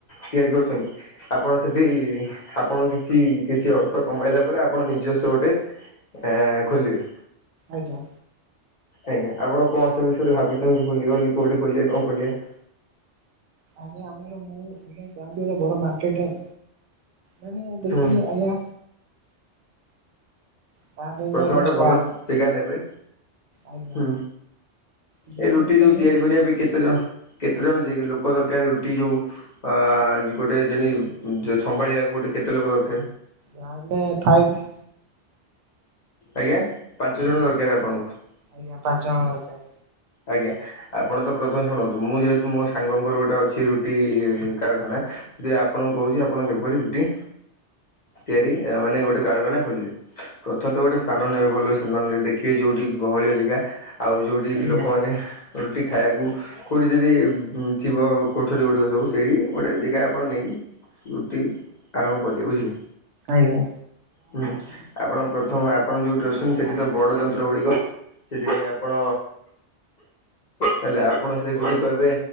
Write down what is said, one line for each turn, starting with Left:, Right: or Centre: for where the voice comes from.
Left: ତିଆରି କରୁଚନ୍ତି। ଆପଣ ସେଠି ହା ଆପଣ କିଛି କିଛି ଅର୍ଥ କମାଇଲା ପରେ ଆପଣ ନିଜସ୍ୱ ଗୋଟେ ଏ ଖୋଲିବେ।
Right: ଆଜ୍ଞା।
Left: ଆଜ୍ଞା ଆପଣ କଣ ସେ ବିଷୟରେ ଭାବିଛନ୍ତି ଖୋଲିବେ ବୋଲି କୋଉଠି ଖୋଲିବେ କଣ ଖୋଲିବେ।
Right: ଆଜ୍ଞା ଆମର ମୁଁ ଆଜ୍ଞା ଚାହୁଁଛି ଗୋଟେ ବଡ ମାର୍କେଟ ମାନେ ଦେଖିକି
Left: ହୁଁ।
Right: ଆଜ୍ଞା। ତା ପାଇଁ
Left: ପ୍ରଥମେ
Right: ବି ଆଜ୍ଞା
Left: ଗୋଟେ
Right: ଷ୍ଟାଫ
Left: ଭଲ ଜେଗା ନେବେ।
Right: ଆଜ୍ଞା
Left: ହୁଁ
Right: ଦିଘା
Left: ଏଇ ରୁଟି
Right: ନେଇକି
Left: ଯୋଉ
Right: ଆଜ୍ଞା
Left: ତିଆରି କରିବା ପାଇଁ କେତେ ଜଣ। କେତେ ଜଣ ଲୋକ ଦରକାର ରୁଟି ଯୋଉ ଅ ଗୋଟେ ଜଣି ସମ୍ଭାଳିଆକୁ ଗୋଟେ କେତେ ଲୋକ ଦରକାର।
Right: ଯାହେନେ ଫାଇପ୍
Left: ଆଜ୍ଞା ପାଞ୍ଚ ଜଣ ଦରକାର ଆପଣଙ୍କୁ।
Right: ଆଜ୍ଞା ପାଞ୍ଚ ଜଣ ଦରକାର।
Left: ଆଜ୍ଞା। ଆପଣ ତ ପ୍ରଥମେ ଶୁଣନ୍ତୁ ମୁଁ ଯେହେତୁ ମୋ ସାଙ୍ଗଙ୍କର ଗୋଟେ ଅଛି ରୁଟି କାରଖାନା। ସେଠି ଆପଣଙ୍କୁ କହୁଛି ଆପଣଙ୍କ ଯେପରି ରୁଟି ତିଆରି ମାନେ ଗୋଟେ କାରଖାନା ଖୋଲିବେ। ପ୍ରଥମତଃ ଗୋଟେ ସ୍ଥାନ ନେବେ ଭଲ <unintelligible> ଦେଖିବେ ଯୋଉଠି ଗହଳିଆ ଜେଗା ଆଉ ଯୋଉଠି
Right: ଆଜ୍ଞା
Left: ଲୋକମାନେ ରୁଟି ଖାଇଆକୁ କୋଉଠି ଯଦି ଥିବ କୋଠରୀ ଗୁଡିକ ସବୁ ସେଇଠି ଗୋଟେ ଜେଗା ଆପଣ ନେଇକି ରୁଟି ଆରମ୍ଭ କରିବେ ବୁଝିଲେ?
Right: ଆଜ୍ଞା।
Left: ହୁଁ ଆପଣ ପ୍ରଥମ ଆପଣ ଯୋଉଠି ଅଛନ୍ତି ସେଠି ତ ବଡ ଯନ୍ତ୍ର ଗୁଡିକ ସେଥିପାଇଁ ଆପଣ ହେଲେ ଆପଣ ସେ ଗୁଡିକ ଏବେ